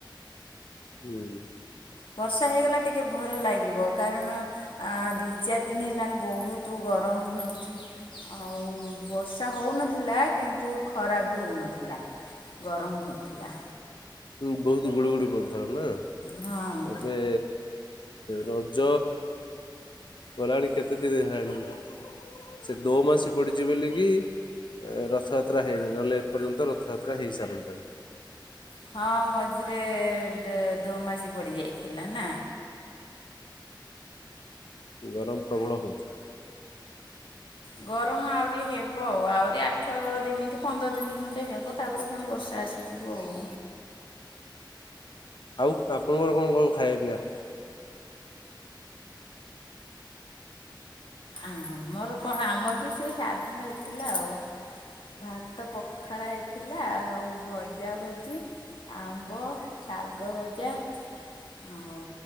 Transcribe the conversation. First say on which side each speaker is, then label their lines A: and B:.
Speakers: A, on the left; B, on the left.
A: ହୁଁ।
B: ବର୍ଷା ହେଇଗଲା ଟିକେ ଭଲ ଲାଗିବ କାରଣ ଦି ଚାରି ଦିନ ହେଲାଣି ବହୁତ ଗ ରମ ହେଉଛି ଆଉ ବର୍ଷା ହେଉନଥିଲା କିନ୍ତୁ ଖରା ବି ହେଉନଥିଲା। ଗରମ ହୋଉଥୁଲା।
A: ହ ବହୁତ ଗୁଳି ଗୁଳି ପଡ଼ୁଥିଲା ନା
B: ହଁ
A: ଏବେ ରଜ ଗଲାଣି କେତେ ଦିନ ହେଲାଣି? ସେ ଦୋ ମାସ ପଡିଛି ବୋଲିକି ରଥଯାତ୍ରା ହେଇନି ନହେଲେ ଏପର୍ଯ୍ୟନ୍ତ ରଥଯାତ୍ରା ହେଇ ସାରନ୍ତାଣି।
B: ହଁ ମଝିରେ ଦୋମାସ ପଡ଼ିଯାଇଥିଲା ନା
A: ଗରମ ପ୍ରବଳ ହଉଚି।
B: ଗରମ ଆହୁରି ହେବ ଆଉ ଆହୁରି ଆଠ ଦିନ କି ପନ୍ଦର ଦିନ ଖଣ୍ଡେ ହେବ ତାପରେ କଣ ବର୍ଷା ଆସିଯିବ ଆଉ।
A: ଆଉ ଆପଣଙ୍କର କଣ କ ଖାଇବା ପିଇବା?
B: ଆମର କଣ ଆମର ବି ସେଇ ସାଧା ହେଇଥିଲା ଆଉ। ଭାତ ପଖାଳ ହେଇଥିଲା ଆଉ ଭଜା ଭଜି ଆମ୍ବ ଶାଗ ଭଜା ଆଉ